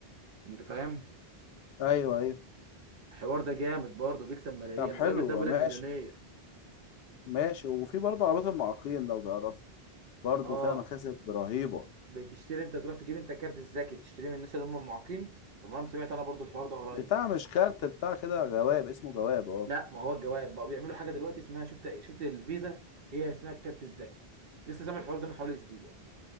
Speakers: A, on the right; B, on the left.
A: انت فاهم
B: ايوه ايوه
A: الحوار ده جامد برضه بيكسب ملايين
B: طب حلو
A: الراجل ده بيقول
B: ماشي
A: لك مليونير
B: ماشي وفي برضه عربيات المعاقين لو تعرف برضه
A: اه
B: فيها مكاسب رهيبة
A: بتشتري انت تروح تجيب انت كارت الذكي تشتري من الناس اللي هم المعاقين تمام سمعت انا برضه الحوار ده قريب
B: بتاع مش كارت بتاع كده جواب اسمه جواب اه
A: لا ما هو الجواب بقى بيعملوا حاجه دلوقتي اسمها شفت شفت الفيزا هي اسمها الكارت الذكي لسه سامع الحوار ده من حوالي اسبوع